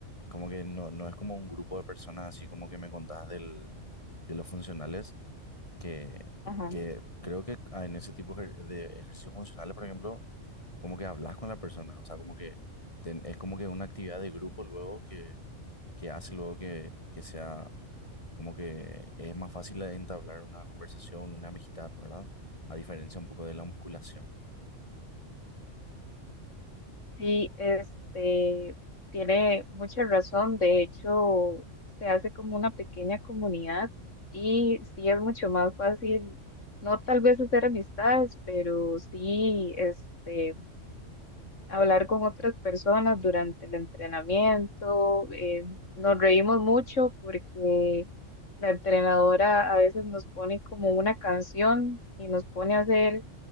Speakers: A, on the left (about 25°); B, on the left (about 75°).
A: como que no, no es como un grupo de personas así como que me contás del, de los funcionales, que,
B: ajá.
A: que creo que ah, en ese tipo ejer- de ejercicios funcionales, por ejemplo, como que hablas con la persona, o sea, como que ten- es como que una actividad de grupo luego que, que hace luego que, que sea como que es más fácil entablar una conversación, una amistad, ¿verdad? A diferencia un poco de la musculación.
B: Sí, este, tiene mucha razón. De hecho, se hace como una pequeña comunidad y sí es mucho más fácil, no tal vez hacer amistades, pero sí, este, hablar con otras personas durante el entrenamiento. eh, nos reímos mucho porque la entrenadora a veces nos pone como una canción y nos pone a hacer